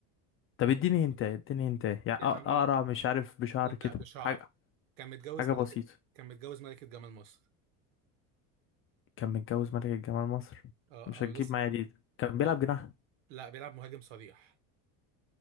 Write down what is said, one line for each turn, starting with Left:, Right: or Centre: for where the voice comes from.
Left: طب اديني هنتا اديني هنتا يعني
Right: يا
Left: أق- اقرع
Right: عم
Left: مش عارف بشعر
Right: لا
Left: كده
Right: بشعر
Left: حاجة
Right: كان متجوز
Left: حاجة
Right: ملكه
Left: بسيطة
Right: كان متجوز ملكه جمال مصر
Left: كان متجوز ملكة جمال مصر
Right: اه
Left: مش
Right: او
Left: هتجيب
Right: لسه
Left: معايا دي كان بيلعب
Right: لا
Left: جناح
Right: لا، بيلعب مهاجم صريح